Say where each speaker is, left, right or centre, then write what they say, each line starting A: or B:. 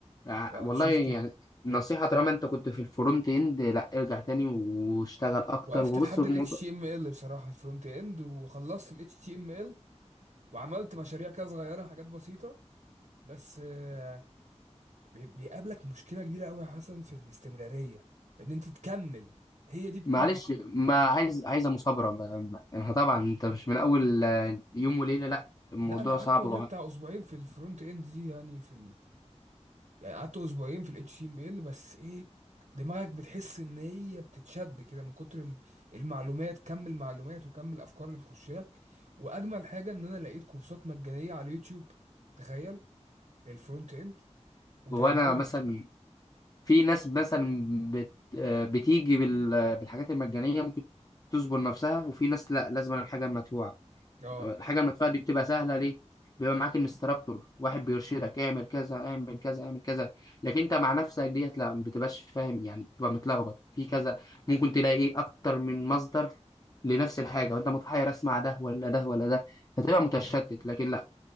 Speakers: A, on the left; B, on the right.
A: ع-
B: وهنشوف
A: والله يعني
B: كده
A: نصيحة طالما انت كنت في الفرونت اند لا ارجع تاني واشتغل اكتر
B: وقفت
A: وبص
B: لحد
A: الموضوع
B: ال HTML بصراحة في الفرونت اند وخلصت ال HTML وعملت مشاريع كده صغيرة حاجات بسيطة بس آه، بي- بيقابلك مشكلة كبيرة قوي يا حسن في الاستمرارية ان انت تكمل هي دي بتكون
A: معلش
B: مشكلة
A: ما عايز عايزة مثابرة ب- ب- طبعا انت مش من اول آه، يوم وليلة لا الموضوع
B: لا انا قعدت
A: صعب
B: والله
A: وع-
B: بتاع اسبوعين في الفرونت اند دي يعني في يعني قعدت اسبوعين في الاتش تي ام ال بس ايه دماغك بتحس ان هي بتتشد كده من كتر ال- المعلومات كم المعلومات وكم الافكار اللي بتخش لك واجمل حاجه ان انا لقيت كورسات مجانيه على اليوتيوب تخيل للفرونت اند واتعلمت
A: وانا مثلا في ناس مثلا بت آه، بتيجي بال- بالحاجات المجانية ممكن تصبر نفسها وفي ناس لا لازم الحاجة المدفوعة
B: اه
A: الحاجة المدفوعة دي بتبقى سهلة ليه؟ بيبقى معاك انستراكتور واحد بيرشدك اعمل كذا اعمل كذا اعمل كذا لكن انت مع نفسك ديت لا ما بتبقاش فاهم يعني بتبقى متلخبط في كذا ممكن تلاقي ايه اكتر من مصدر لنفس الحاجة وانت متحير اسمع ده ولا ده ولا ده فتبقى متشتت لكن لا